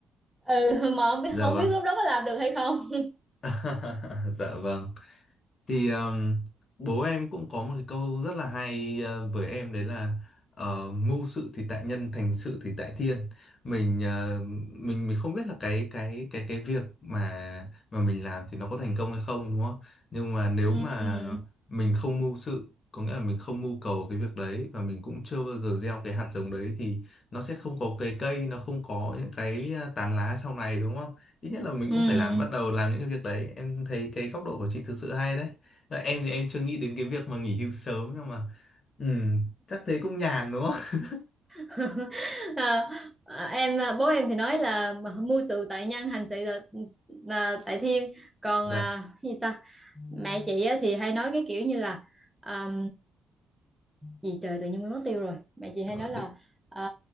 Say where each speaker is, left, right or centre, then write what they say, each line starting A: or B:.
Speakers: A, in the centre; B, on the left.
A: ừ <laughs> mà không biết
B: Dạ
A: không
B: vâng.
A: biết lúc đó có làm được hay không
B: <laughs> Dạ vâng. Thì um, bố em cũng có một cái câu rất là hay ờ, với em đấy là ờ, mưu sự thì tại nhân, thành sự thì tại thiên. Mình ờ, mình mình không biết là cái cái cái cái việc mà mà mình làm thì nó có thành công hay không đúng không? Nhưng mà nếu
A: ừ
B: mà mình không mưu sự, có nghĩa là mình không mưu cầu cái việc đấy và mình cũng chưa bao giờ gieo cái hạt giống đấy thì nó sẽ không có cái cây, nó không có những cái ờ, tán lá sau này đúng không? Ít nhất là mình
A: ừ
B: cũng phải làm bắt đầu làm những cái việc đấy. Em thấy cái góc độ của chị thực sự hay đấy. Dạ, em thì em chưa nghĩ đến cái việc mà nghỉ hưu sớm nhưng mà ừ, chắc thế cũng nhàn đúng không? <laughs>
A: <laughs> à, à, em à, bố em thì nói là mưu sự tại nhân hành sự là, là tại thiên còn
B: Dạ,
A: à, cái gì ta mẹ chị á, thì hay nói cái kiểu như là à, gì trời tự nhiên quên mất tiêu rồi mẹ chị hay
B: Rồi,
A: nói là
B: đ-
A: à,